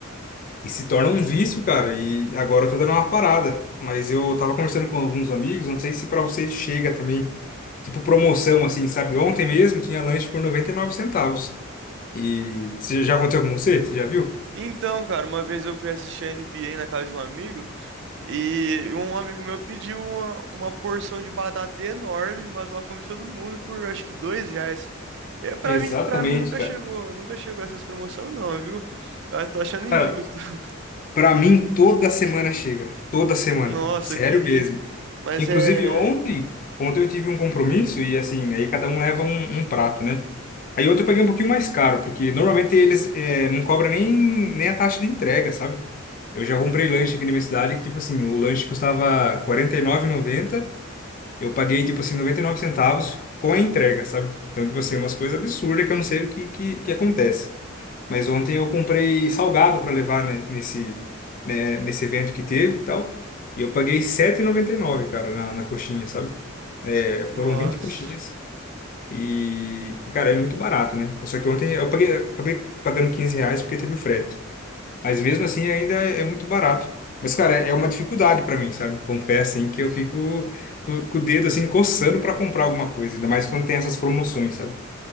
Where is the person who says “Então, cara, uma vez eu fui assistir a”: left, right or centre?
Right